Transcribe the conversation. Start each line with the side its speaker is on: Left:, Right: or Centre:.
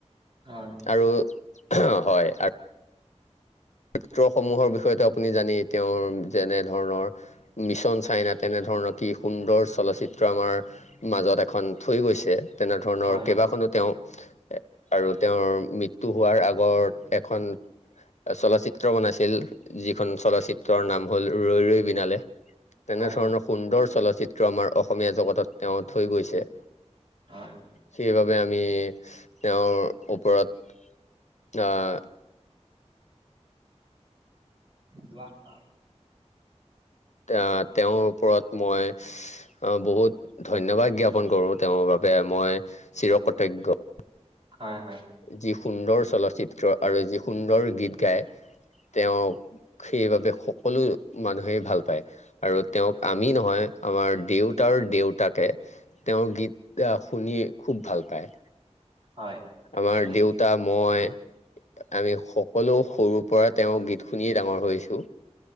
Right: হয়।
Left: আৰু অ' হয় আৰু দ্ৰুতসমূহৰ বিষয়টো আপুনি জানেই তেওঁৰ যেনে ধৰণৰ মিছন চাইনা তেনেধৰণৰ কি সুন্দৰ চলচিত্ৰ আমাৰ মাজত এখন থৈ গৈছে, তেনে ধৰণৰ
Right: হয়
Left: কেইবাখনোত তেওঁ আৰু তেওঁৰ মৃত্যু হোৱাৰ আগত এখন চলচ্চিত্ৰ বনাইছিল, যিখন চলচ্চিত্ৰ নাম হ'ল ৰৈ ৰৈ বিনালে। তেনেধৰণৰ
Right: হয়
Left: সুন্দৰ চলচ্চিত্ৰ আমাৰ অসমীয়া জগতত তেওঁ থৈ গৈছে।
Right: হয়।
Left: সেইবাবে আমি তেওঁৰ ওপৰত অ'
Right: দুআষাৰ
Left: আহ' তেওঁৰ ওপৰত মই আহ' বহুত ধন্যবাদ জ্ঞাপন কৰোঁ। তেওঁৰ বাবে মই চিৰ কৃতজ্ঞ।
Right: হয় হয়।
Left: যি সুন্দৰ চলচিত্ৰ আৰু যি সুন্দৰ গীত গায় তেওঁক সেইবাবে সকলো মানুহে ভাল পায়। আৰু তেওঁক আমি নহয়, আমাৰ দেউতাৰ দেউতাকে তেওঁৰ গীত শুনি খুব ভাল পায়।
Right: হয়।
Left: আমাৰ
Right: উম
Left: দেউতা মই আমি সকলো সৰুৰ পৰা তেওঁ গীত শুনিয়েই ডাঙৰ হৈছোঁ।